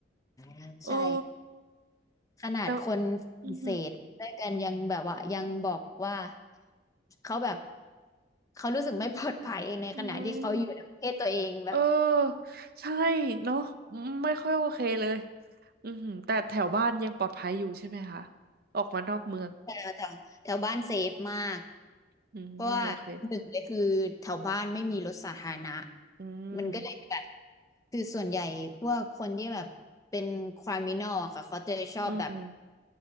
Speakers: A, on the left (about 20°); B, on the right (about 55°).
A: ใช่
B: โอ้
A: ขนาดคนฝรั่งเศสด้วยกันยังแบบว่ายังบอกว่า
B: แล้วอือหือ
A: เขาแบบเขารู้สึกไม่ปลอดภัยในขณะที่เขาอยู่ในประเทศตัวเองแบบ
B: มเว้ยเออใช่เนาะไม่ค่อยโอเคเลยอือหือแต่แถวบ้านยังปลอดภัยอยู่ใช่ไหมคะออกมานอกเมือง
A: แถวแถวแถวบ้านเซฟมาก
B: อืมโอเค
A: เพราะว่าหนึ่งเลยคือแถวบ้านไม่มีรถสาธารณะ
B: อืม
A: มันก็เลยแบบคือส่วนใหญ่พวกคนที่แบบเป็นคริมินอลค่ะเขาจะชอบแบบ
B: อืม